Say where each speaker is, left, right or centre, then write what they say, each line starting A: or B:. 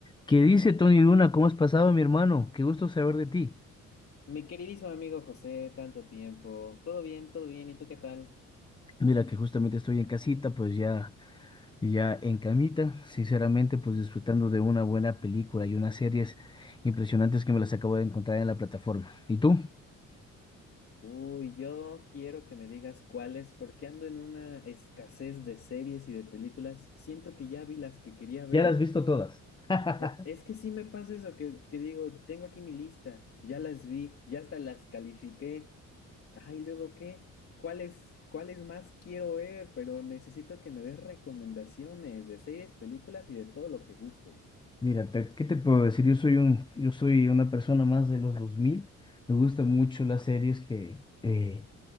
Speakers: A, on the left; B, on the left.
A: ¿Qué dice Tony Luna? ¿Cómo has pasado, mi hermano? Qué gusto saber de ti.
B: Mi queridísimo amigo José, tanto tiempo. ¿Todo bien? ¿Todo bien? ¿Y tú qué tal?
A: Mira que justamente estoy en casita, pues ya, ya en camita, sinceramente, pues disfrutando de una buena película y unas series impresionantes que me las acabo de encontrar en la plataforma. ¿Y tú?
B: Uy, yo quiero que me digas cuáles, porque ando en una escasez de series y de películas. Siento que ya vi las que quería ver.
A: Ya las has visto todas. <laughs>
B: E- Es que sí me pasa eso, que, que digo, tengo aquí mi lista, ya las vi, ya hasta las califiqué. Ay, ¿luego qué? ¿Cuáles, cuáles más quiero ver? Pero necesito que me des recomendaciones de series, películas y de todo lo que gustes.
A: Mira, te- ¿qué te puedo decir? Yo soy un, yo soy una persona más de los 2000. Me gustan mucho las series que, eh,